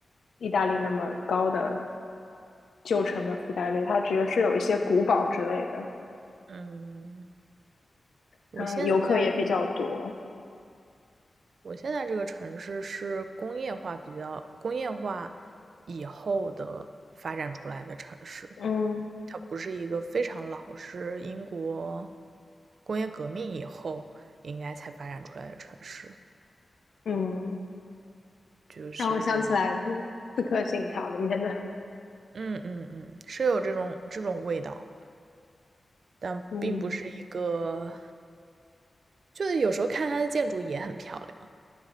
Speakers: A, on the left; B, on the right.
A: 意大利那么高的旧城的覆盖率，它只是有一些古堡之类的，
B: 嗯，我现在
A: 然后游客也比较多，
B: 我现在这个城市是工业化比较工业化以后的发展出来的城市，
A: 嗯
B: 它不是一个非常老，是英国工业革命以后应该才发展出来的城市，
A: 嗯，
B: 就是
A: 让我想起来《刺客信条》里面的，
B: 嗯嗯嗯，是有这种这种味道，但并不是一个，
A: 嗯，
B: 就是有时候看它的建筑也很漂亮，